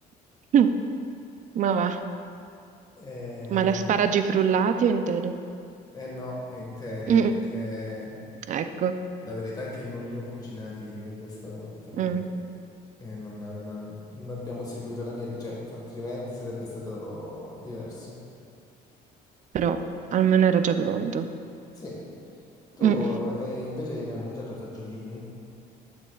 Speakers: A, on the right; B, on the left.
A: <laughs> Mm, Ma va,
B: e,
A: ma gli asparagi frullati o interi?
B: e no, interi,
A: Mm,
B: perché
A: ecco.
B: la verità è che non li ho cucinati io questa volta, quindi
A: Mm.
B: eh, non, non- non abbiamo seguito la mia ricetta, altrimenti sarebbe stato diverso.
A: però almeno era già pronto.
B: Sì, tu
A: Mm.
B: eh, invece hai mai mangiato i fagiolini?